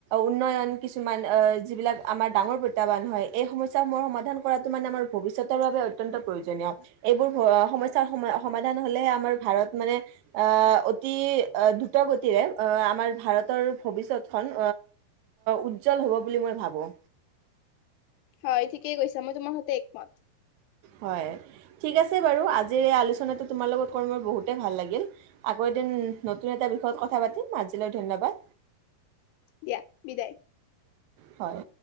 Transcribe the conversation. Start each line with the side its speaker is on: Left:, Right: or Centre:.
Right: উন্নয়ন কিছুমান আ যিবিলাক আমাৰ ডাঙৰ প্ৰত্যাহ্বান হয়, এই সমস্যাসমূহ সমাধান পঢ়াটো মানে আমাৰ ভৱিষ্যতৰ বাবে অত্যন্ত প্ৰয়োজনীয়। এইবোৰ সমস্যাৰ সমাধান হ'লেহে আমাৰ ভাৰত মানে আ অতি অ দ্ৰুত গতিৰে আমাৰ ভাৰতৰ ভৱিষ্যতখন উজ্জ্বল হ'ব বুলি মই ভাবোঁ।
Left: হয় ঠিকেই কৈছা, মই তোমাৰ হতে একমত।
Right: হয় ঠিক আছে বাৰু, আজিৰ এই আলোচনাটো তোমাৰ লগত কৰ মোৰ বহুতেই ভাল লাগিল। আকৌ এদিন নতুন এটা বিষয়ত কথা পাতিম আজিলৈ ধন্যবাদ।
Left: দিয়া বিদায়।
Right: হয়।